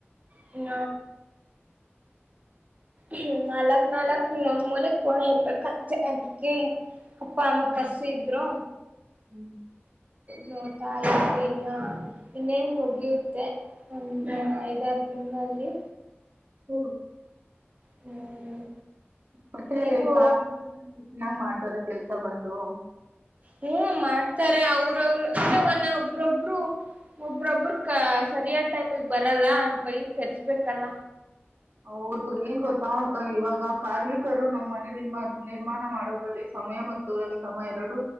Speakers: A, on the right (about 35°); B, on the right (about 55°).
A: ಹ ್ಮ ನಾಲ್ಕ್ ನಾಲ್ಕ್ ಮೂಲೆ ಕೋಣೆ ಇರ್ಬೇಕಂತೆ ಅದಕ್ಕೆ ಅಪ್ಪ ಅಮ್ಮ
B: ಹ್ಮ್
A: ಕರ್ಸಿ ಇದ್ರು
B: ಹ್ಮ್
A: ನೋಡ್ತಾ ಇದ್ವಿ ಇನ್ನ ಇನ್ನೇನ್ ಮುಗಿಯುತ್ತೆ ಒ ಐದ ತಿಂವಲ್ಲಿ
B: ಹ್ಮ
A: ಹ್ಮ್
B: ಮತ್ತೆ
A: ನೀವು
B: ಕ ಚೆನ್ನಾಗಿ್ ಮಾಡ್ತ ರ ಕೆಲ್ಸ ಬಂದು
A: ಹ್ಮ್ ಮಾಡ್ತಾರೆ ಅವ್ರವರು ಅೆ ಮೊನ್ನ ಒಬ್ರೊಬ್ರು ಒಬ್ರೊಬ್ಬರು ಕ ಸರಿಯಾದ ಟೈಮಗ್ ಬರಲ್ಲ ಬೈ ಕರ್ಸ್ಬೇಕಲ್ಲ
B: ಹೌದು ಏನ್ ಗೊತ್ತಾ ಇವಾಗ ಕಾರ್ಮಿಕರು ನಮ್ಮ್ ಮನೆ ನಿರ್ಮ ನಿರ್ಮಾಣ ಮಾಡೋದ್ರಲ್ಲಿ ಸಮಯ ಮತ್ತು ಶಯ ಎರಡು